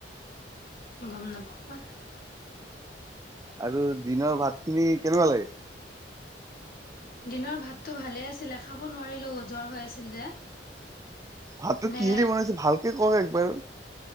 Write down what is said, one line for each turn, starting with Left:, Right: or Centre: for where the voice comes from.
Left: গম নাপাওঁ মই।
Right: আৰু দিনৰ ভাতখিনি কেনেকুৱা লাগিল?
Left: দিনৰ ভাতটো ভালে আছিলে, খাব নোৱাৰিলো জ্বৰ হৈ আছিল যে।
Right: ভাতটো
Left: নে
Right: কিহে দি বনাইছে ভালকে ক একবাৰ?